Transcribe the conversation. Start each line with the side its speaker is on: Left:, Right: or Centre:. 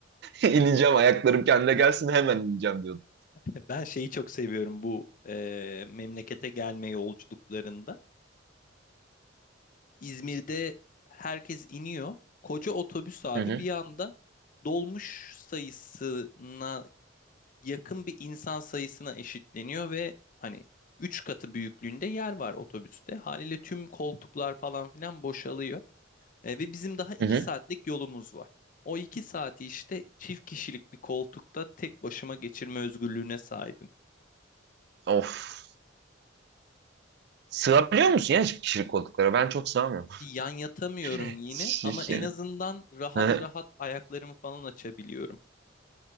Right: İneceğim ayaklarım kendine gelsin hemen ineceğim diyordum.
Left: <laughs> Ben şeyi çok seviyorum bu e, memlekete gelme yolculuklarında. İzmir'de herkes iniyor. Koca otobüs abi
Right: Hı hı,
Left: bir anda dolmuş sayısına yakın bir insan sayısına eşitleniyor ve hani 3 katı büyüklüğünde yer var otobüste. Haliyle tüm koltuklar falan filan boşalıyor. E, ve bizim daha iki
Right: hı hı.
Left: saatlik yolumuz var. O 2 saati işte çift kişilik bir koltukta tek başıma geçirme özgürlüğüne sahibim.
Right: Of. Sığabiliyor musun ya kişilik koltuklara? Ben çok sığamıyorum.
Left: Bir yan yatamıyorum
Right: <laughs>
Left: yine ama
Right: Şiş
Left: en azından rahat
Right: Hı.
Left: rahat ayaklarımı falan açabiliyorum.